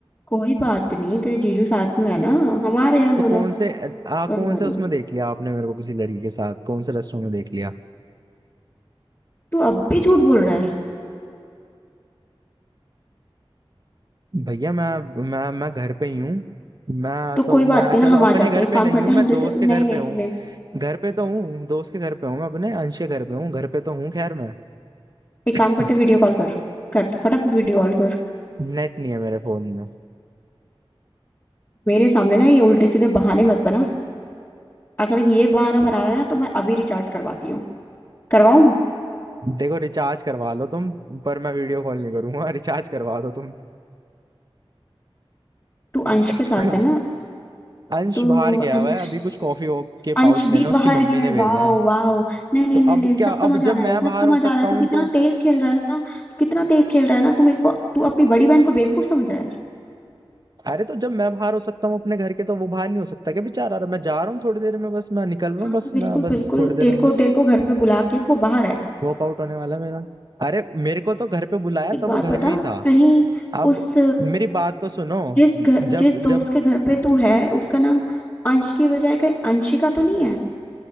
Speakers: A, on the left; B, on the right.
A: कोई बात नहीं तेरे जीजू साथ में है ना हमारे यहाँ
B: तो
A: दोनों
B: कौन से आ
A: Don't
B: कौन
A: worry
B: से उसमें देख लिया आपने मेरे को किसी लड़की के साथ कौन से रेस्टोरेंट में देख लिया
A: तू अब भी झूठ बोल रहा है
B: भैया मैं मैं मैं घर पे ही हूँ मैं
A: तो
B: तो
A: कोई बात
B: मैं
A: नहीं
B: चलो
A: ना हम
B: अपने
A: आ जाते
B: घर
A: हैं एक
B: पे
A: काम
B: नहीं
A: करते
B: हूँ
A: हैं
B: मैं
A: हम तेरे
B: दोस्त
A: से नहीं
B: के घर
A: नहीं
B: पे हूँ
A: नहीं नहीं।
B: घर पे तो हूँ दोस्त के घर पे हूँ मैं अपने अंश के घर पे हूँ घर पे तो हूँ खैर मैं
A: एक
B: <laughs>
A: काम करते हैं, वीडियो कॉल कर कर तू फटाफट वीडियो कॉल कर
B: नेट नहीं है मेरे फोन में
A: मेरे सामने ना ये उल्टे सीधे बहाने मत बना अगर ये बहाना बना रहा है ना तो मैं अभी रिचार्ज करवाती हूँ करवाऊं
B: देखो रिचार्ज करवा लो तुम पर मैं वीडियो कॉल नहीं करूंगा <laughs> रिचार्ज करवा दो तुम
A: तू अंश
B: <clears throat>
A: के साथ है ना
B: <laughs> अंश
A: तो
B: बाहर गया
A: अंश
B: हुआ है अभी कुछ कॉफी के
A: अंश
B: पाउच
A: भी
B: लेना
A: बाहर
B: उसकी मम्मी
A: गया
B: ने
A: है
B: भेजा
A: वाह
B: है
A: वाह नहीं नहीं
B: तो
A: नहीं
B: अब
A: नहीं
B: क्या
A: सब समझ
B: अब
A: आ
B: जब
A: रहा है
B: मैं
A: सब
B: बाहर
A: समझ
B: हो सकता
A: आ रहा है
B: हूँ
A: तू कितना
B: तो
A: तेज खेल रहा है ना तू कितना तेज खेल रहा है ना तू मेरे को तू अपनी बड़ी बहन को बेवकूफ समझ रहा है
B: अरे तो जब मैं बाहर हो सकता हूँ अपने घर के तो वो बाहर नहीं हो सकता क्या बेचारा अरे मैं जा रहा हूँ थोड़ी देर में बस मैं निकल रहा
A: हाँ
B: हूँ बस
A: बिल्कुल
B: मैं बस
A: बिल्कुल
B: थोड़ी देर
A: तेरे
B: में
A: को
B: बस
A: तेरे को घर पे बुला के वो बाहर है
B: वर्कआउट होने वाला है मेरा अरे मेरे को तो घर पे बुलाया
A: एक
B: तो
A: बात
B: वो घर
A: बता
B: में ही था
A: कहीं
B: अब
A: उस
B: मेरी बात तो सुनो
A: जिस घर
B: जब
A: जिस दोस्त
B: जब
A: के घर पे तू है उसका नाम अंश की बजाय कहीं अंशिका तो नहीं है